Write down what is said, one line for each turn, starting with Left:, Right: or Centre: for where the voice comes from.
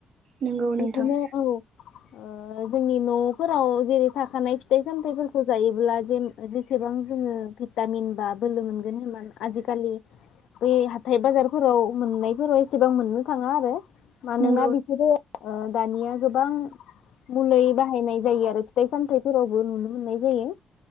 Right: नंगौ नोंथां।
Left: बिदिनो औ ओ जोंनि न'फोराव जेरै थाखानाय फिथाइ-सामथायाइफोरखौ जायोब्ला जे जेसेबां जोङो भिटामिन बा बोलो मोनगोन हान आजिखालि बै हाथाय बाजारफोराव मोननायफोराव एसेबां मोननो थाङा आरो। मानोना
Right: नंगौ
Left: बिसोरो ओ दानिया गोबां मुलै बाहायनाय जायो आरो फिथाइ सामथाइफोरावबो नुनो मोननाय जायो।